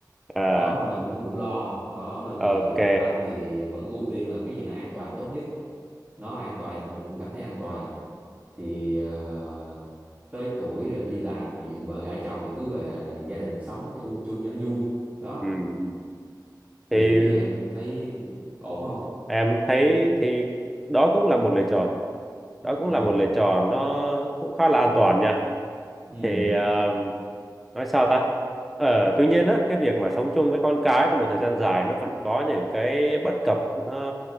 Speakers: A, in the centre; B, on the right (about 25°).
A: à
B: đó nên là cũng cũng lo đó nên
A: ok
B: là anh thì vẫn ưu tiên là cái gì nó an toàn là tốt nhất nó an toàn thì mình cũng cảm thấy an toàn thì ờ, tới tuổi rồi đi làm rồi dựng vợ gả chồng rồi cứ về rồi gia đình sống ung chung cho nó vui đó
A: ừ ừ. thì
B: thì ý em thấy ổn không
A: Em thấy thì đó cũng là một lựa chọn. Đó cũng
B: ừ
A: là một lựa chọn nó cũng khá là an toàn nha.
B: ừ
A: Thì ờ, nói sao ta? Ờ, tuy nhiên á, cái việc mà sống chung với con cái trong một thời gian dài nó vẫn có những cái bất cập nó